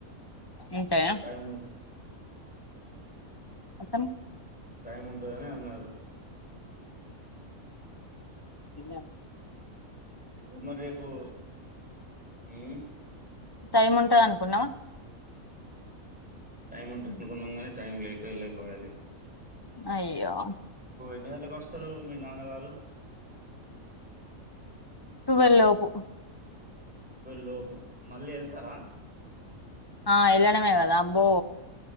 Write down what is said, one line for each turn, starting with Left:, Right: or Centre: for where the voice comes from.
Left: అంతేనా
Centre: టై ము
Left: మొత్తం
Centre: టైం ఉంటందని అన్నారు
Left: ఇన్న
Centre: ఎప్పుడు మరి రేపు హ్మ్
Left: టైం ఉంటంది అనుకున్నావా
Centre: టైం ఉంటు అనుకున్నాం కానీ టైం లేక వెళ్ళపోయేది
Left: అయ్యో
Centre: ఎన్ని గంటలకు వస్తారు మీ నాన్నగారు
Left: టువెల్ లోపు
Centre: లోపు మళ్ళీ వెళ్తారా
Left: ఆ ఎల్లడమే కదా అబ్బో